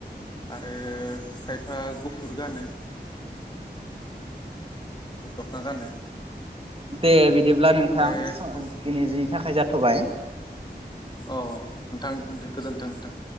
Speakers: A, on the left; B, on the right.
A: आरो खायफा गुफुर गानो। गुफुर दख'ना गानो।
B: दे बिदिब्ला
A: ओमफ्राय
B: नोंथां स
A: औ
B: दिनैजि थाखाय जाथ' थबाय।
A: अ नोंथां दो गोजोन्थों नोंथां।